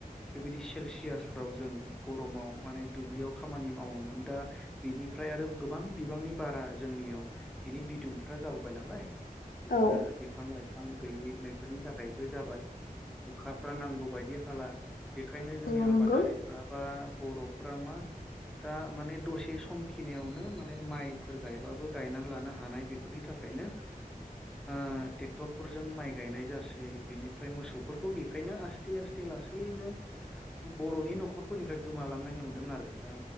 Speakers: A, in the centre; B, on the left (about 75°).
A: बेबायदि सेलसियासफ्राव जों गरमाव माने दुब्लियाव खामानि मावोमोन दा बिनि फ्राय आरो गोबां बिबांनि बारा जोंनियाव बिनि बिदुं फ्रा जाबोबाय नालाय बेफोरो
B: औ
A: बिफां लाइफां गैयि बेफोरनि थाखायबो जाबाय अखाफ्रा नांगौ बायदि हाला बेखायनो जोंनि
B: औ नंगौ
A: आबादारिफ्रा बा बर'फ्रा मा दा माने दसे सम खिनियावनो माने माइफोर गायबाबो गायनानै लानो हानाय बेफोरनि थाखायनो ओ ट्रेक्टरफोरजों माइ गायनाय जासै बिनिफ्राय मोसौफोरखौ बेखायनो आस्थे आस्थे गासैनो बर'नि न'खरफोरनिफ्राय गोमालांनाय नुदों आरो दा